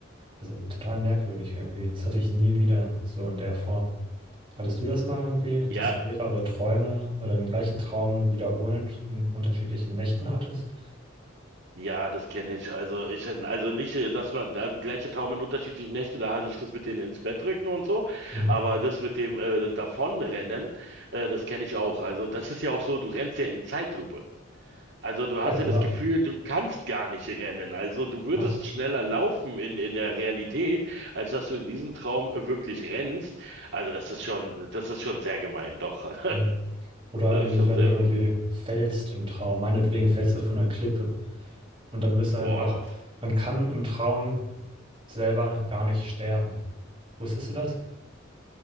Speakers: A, on the right; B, on the right.
A: Also total merkwürdig irgendwie. Das hatte ich nie wieder so in der Form. Hattest du das mal irgendwie, dass
B: Ja,
A: du mehrere Träume oder den gleichen Traum wiederholend in unterschiedlichen Nächten hattest?
B: ja, das kenne ich. Also ich, also nicht, äh, dass man da gleiche Traum in unterschiedlichen Nächten, da hatte ich das mit denen ins Bett drücken und so,
A: Mhm.
B: aber das mit dem äh, Davonrennen, äh, das kenne ich auch. Also das ist ja auch so, du rennst ja in Zeitlupe. Also du hast
A: Ja, genau.
B: ja das Gefühl, du kannst gar nicht rennen. Also du würdest
A: Ja.
B: schneller laufen in, in der Realität, als dass du in diesem Traum wirklich rennst. Also das ist schon, das ist schon sehr gemein, doch. <laughs>
A: Mhm. Oder
B: Das
A: eben,
B: ist schon
A: wenn
B: sehr
A: du irgendwie
B: fies.
A: fällst im Traum, meinetwegen fällst du von einer Klippe und dann wirst du halt
B: Boah,
A: wach.
B: aber.
A: Man kann im Traum selber gar nicht sterben. Wusstest du das?